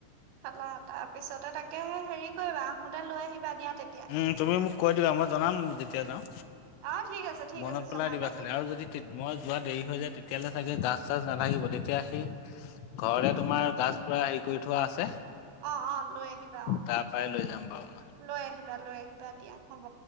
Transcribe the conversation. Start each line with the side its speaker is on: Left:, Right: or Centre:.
Right: খালা তাৰ পিছতে তাকে হেৰি কৰিবা আহোতে লৈ আহিবা দিয়া। তেতিয়া
Left: উম তুমি মোক কৈ দিবা মই জনাম যেতিয়া যাওঁ।
Right: অ ঠিক আছে ঠিক
Left: মনত
Right: আছে
Left: পেলাই
Right: জনাবা
Left: দিবা খালি
Right: দিয়া
Left: আৰু যদি মই যোৱা দেৰি হৈ যায় তেতিয়ালে চাগে গা চাজ নালাগিব তেতিয়া সি ঘৰতে তোমাৰ গছ পুৰা হেৰি কৰি থোৱা আছে
Right: অ অ লৈ আহিবা অ
Left: তাৰ পৰাই লৈ যাম বাৰু মই
Right: লৈ আহিবা লৈ আহিবা দিয়া হ'ব